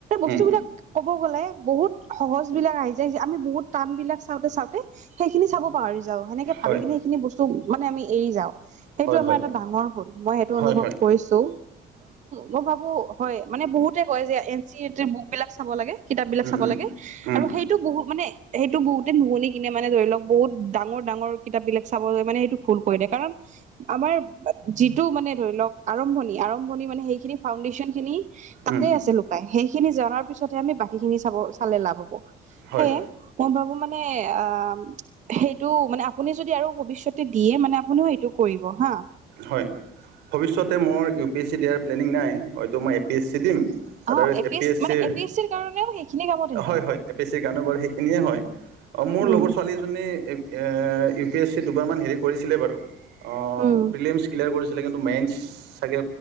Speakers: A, on the right; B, on the right.
A: বস্তুবিলাক
B: উম,
A: ক'ব গ'লে বহুত সহজ বিলাক আহি যায় যে, আমি বহুত টান বিলাক চাওঁতে, চাওঁতে সেইখিনি চাব পাহৰি যাও। সেনেকে ভাবি
B: হয়,
A: কিনে সেইখিনি বস্তু মানে আমি এৰি যাওঁ। সেইটো
B: হয়,
A: আমাৰ
B: হয়,
A: এটা ডাঙৰ ভুল, মই এইটো
B: হয়,
A: অনুভৱ
B: হয়,
A: কৰিছোঁ। মই ভাবো, হয় মানে বহুতে কয় যে, N C R T book বিলাক চাব লাগে। কিতাপ বিলাক
B: উম,
A: চাব
B: উম,
A: লাগে,
B: উম,
A: আৰু সেই সেইটো বহু মানে, সেইটো বহুতে নুশুনি কিনে মানে ধৰি লওক, বহুত ডাঙৰ, ডাঙৰ কিতাপ বিলাক চাব যায়। মানে সেইটো ভুল কৰি দিয়ে। কাৰণ আমাৰ যিটো মানে ধৰি লওক আৰম্ভণি আৰম্ভ ভণি মানে, সেইখিন ফাউণ্ডেশ্যন খিনি তাতে
B: উম,
A: আছে লুকাই, সেইখিনি জনাৰ পিছতহে আমি বাকীখিনি চাব চালে লাভ হ'ব।
B: হয়,
A: সেয়ে মই ভাবো মানে, অ'। সেইটো মানে আপুনি যদি আৰু ভৱিষ্যতে দিয়ে মানে আপুনিও সেইটো কৰিব হা।
B: হয়। ভৱিষ্যতে মোৰ ইউ পি এছ চি দিয়াৰ প্লেনিং নাই, হয়তো মই এ পি এছ চি দিম। আদাৰৱাইচ
A: অ
B: এ পি এছ
A: মানে
B: চিৰ
A: এ পি এছ কাৰণেও সেইখিনি কামত আহিব
B: হয়, হয় এ পি এছ ছিৰ কাৰণে বাৰু সেইখিনিয়ে হয়। অ', মোৰ
A: উম
B: লগৰ ছোৱালী এজনী এপ এ ইউ পি এছ চি দুবাৰ মান হেৰি কৰিছিলে বাৰু অ',
A: উম
B: প্ৰিলিমছ ক্লিয়াৰ কৰিছে। চিলে কিন্তু মেইনচ ছাগে